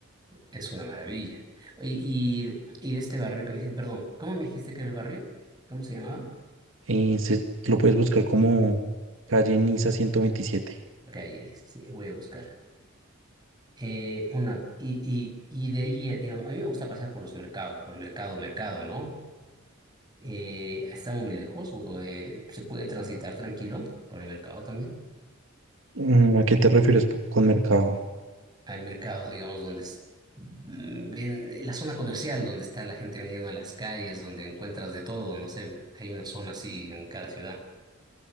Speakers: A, on the right; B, on the right.
A: es una maravilla. Y, y, y de este barrio que me dijiste, perdón, ¿cómo me dijiste que era el barrio? ¿Cómo se llamaba?
B: y se, lo puedes buscar como calle Niza 127.
A: Calles, sí, voy a buscar. Eh, una, y, y, y de ahí, eh, digamos, a mí me gusta pasar por los mercados, por mercado, mercado, ¿no? Eh, ¿está muy lejos o eh, se puede transitar tranquilo por el mercado también?
B: Mm, ¿A qué te refieres tú con mercado?
A: al mercado, digamos, donde es- mm, ven- la zona comercial, donde está la gente vendiendo en las calles, donde encuentras de todo, no sé, hay una zona así en cada ciudad.